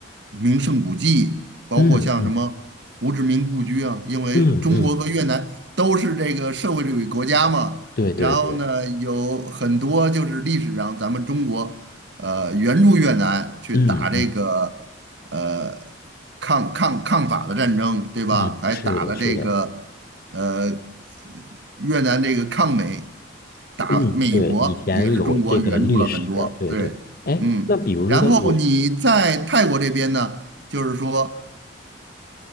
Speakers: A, on the right; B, on the left.
A: 名胜古迹，包括像什么胡志明故居啊，
B: 嗯嗯
A: 因为中国和越南都是这个社会主义国家嘛，
B: 嗯嗯，对对对，
A: 然后呢，有很多就是历史上咱们中国，呃，援助越南去打这个呃
B: 嗯嗯
A: 抗抗抗法的战争，对吧？
B: 嗯，
A: 还打了这个呃，
B: 是的，是的。
A: 越南这个抗美
B: 嗯，
A: 打美国也是中国援助了很多，
B: 对，以前有这个历史，对对。
A: 对，
B: 哎，
A: 嗯，
B: 那比如说的我，
A: 然后你在泰国这边呢，就是说，